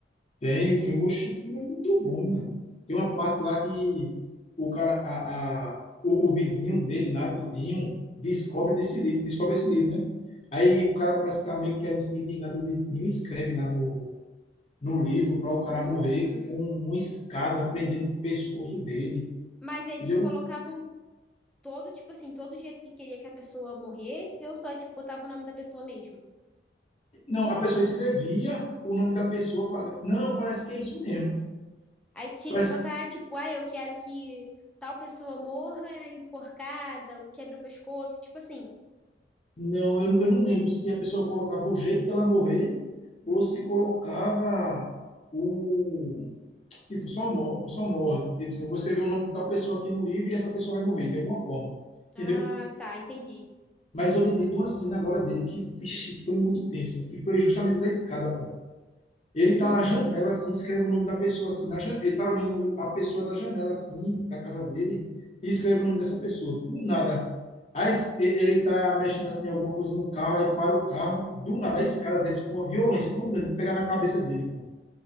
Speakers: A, on the left; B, in the centre.
A: Tem o filme, oxe, o filme é muito bom, né? Tem uma parte lá que o cara, a, a, o, o vizinho dele lá, tudinho, descobre desse livro, descobre esse livro, né? Aí o cara parece que tá meio que querendo se vingar do vizinho e escreve lá no, no livro para o cara
B: Hum,
A: morrer
B: hum.
A: com uma escada prendendo o pescoço dele,
B: Mas eles
A: entendeu?
B: colocavam todo, tipo assim, todo jeito que queria que a pessoa morresse, eu só, tipo, botava o nome da pessoa mesmo.
A: Não, a pessoa escrevia o nome da pessoa, para... não, parece que é isso mesmo.
B: Aí tinha
A: Parece
B: que botar, tipo, ah, eu quero que tal pessoa morra enforcada, ou quebre o pescoço, tipo assim.
A: Não, eu, eu não lembro se a pessoa colocava o jeito dela morrer ou se colocava o. Tipo, só, mor só morte. Tipo, assim, eu vou escrever o nome de tal pessoa aqui no livro e essa pessoa vai morrer de alguma forma. Entendeu?
B: Ah, tá, entendi.
A: Mas eu lembrei de uma cena agora dele que, vixe, foi muito tensa, que foi justamente da escada, pô. Ele
B: Uhum.
A: tá na janela, assim, escreve o nome da pessoa, assim, na janela. Ele tá olhando a pessoa da janela, assim, da casa dele, e escreve o nome dessa pessoa. Do nada. Aí es- e- ele tá mexendo, assim, alguma coisa no carro, aí para o carro. Do nada, a escada desce com uma violência tão grande, pega na cabeça dele, pô.